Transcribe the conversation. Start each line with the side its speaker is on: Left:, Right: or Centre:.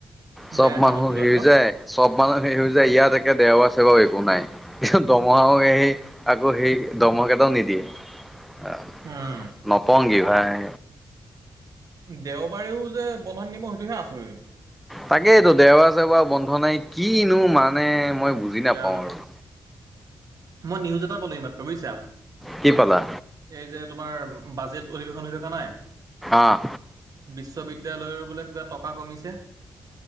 Centre: চব
Right: বেয়া কামত
Centre: মানুহ
Right: খটোৱাব
Centre: হেৰি যায় চব মানুহ হে হৈ যায় ইয়াত আছে বাৰু একো নাই দমহাও সেই আকৌ সেই দমহ কেইটাও নিদিয়ে আহ
Right: উম
Centre: নটঙি ভাই
Right: দেওবাৰেও যে বন্ধন দিব সেইটোহে আচৰিত,
Centre: তাকেইতো দেওবাৰ চেওবাৰ বন্ধ নাই কিনো মান মানে মই বুজি নাপাওঁ
Right: জানো
Centre: আৰু,
Right: মই নিউজ এটা পল মাত্ৰ বুজিছা
Centre: কি পালা?
Right: এই যে তোমাৰ, বাজেট অধিবেশন হৈ থকা নাই
Centre: আহ
Right: বিশ্ববিদালয়ৰ বোলে কিবা টকা কমিছে,